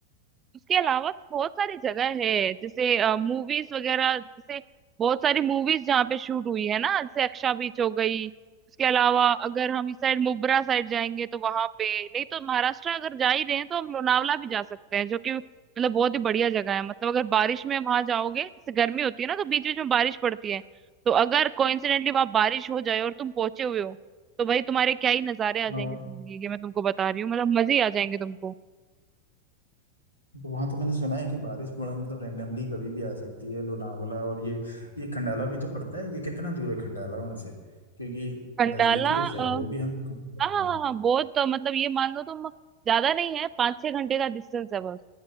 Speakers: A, on the right; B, on the left.
A: उसके अलावा तो बहुत सारी जगह है जैसे मूवीज वगैरह जैसे बहुत सारी मूवीज जहाँ पे शूट हुई है ना जैसे अक्षा बीच हो गई उसके अलावा अगर हम इस साइड मुब्रा साइड जाएंगे तो वहां पे नहीं तो महाराष्ट्र अगर जा ही रहे हैं तो हम लोनावला भी जा सकते हैं जो कि मतलब बहुत ही बढ़िया जगह है मतलब अगर बारिश में वहां जाओगे जैसे गर्मी होती है ना तो बीच बीच में बारिश पड़ती है तो अगर कोइंसिडेंटली वहां बारिश हो जाए और तुम पहुंचे हुए हो तो भाई तुम्हारे क्या ही नजारे आ जाएंगे
B: हाँ,
A: जिंदगी के मैं तुमको बता रही हूँ मतलब मजे ही आ जाएंगे तुमको
B: तो वहां तो मैंने सुना है कि बारिश बड़ा मतलब रैंडमली कभी भी आ सकती है लोनावला और ये ये खंडाला भी तो पड़ता है ये कितना दूर है खंडाला वहां से क्योंकि
A: खंडाला
B: नजदीकी है शायद
A: हाँ
B: वो भी हम सकते
A: हाँ
B: हैं
A: हाँ हाँ, बहुत तो मतलब ये मान लो तुम ज्यादा नहीं है पाँच छह घंटे का डिस्टेंस है बस